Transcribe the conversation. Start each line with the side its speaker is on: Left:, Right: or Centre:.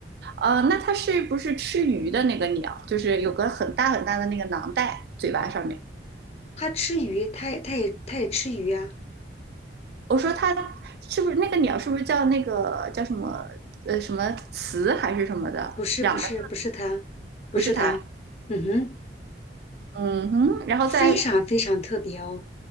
Right: 呃，那它是不是吃鱼的那个鸟？就是有个很大很大的那个囊袋，嘴巴上面。
Left: 它吃鱼，它也它也它也吃鱼啊，
Right: 我说它是不是那个鸟？是不是叫那个叫什么呃什么雌还是什么的？
Left: 不是不是不是它，
Right: 两个
Left: 不是它，
Right: 不是它，
Left: 嗯哼，
Right: 嗯哼。然后再
Left: 非常非常特别哦，